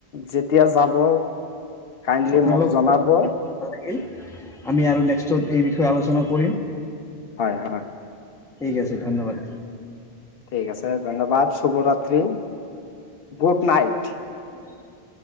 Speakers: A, on the left (about 70°); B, in the centre.
A: যেতিয়া যাব কাইণ্ডলি
B: আপোনাৰ
A: মোক
B: লগত
A: জনাব।
B: কথা পাতি ভাল লাগিল, আমি আৰু নেক্সটত এই বিষয়ে আলোচনা কৰিম।
A: হয় হয়
B: ঠিক আছে ধন্যবাদ।
A: ঠিক আছে, ধন্যবাদ, শুভ ৰাত্ৰি, গুড নাইট।
B: <unintelligible>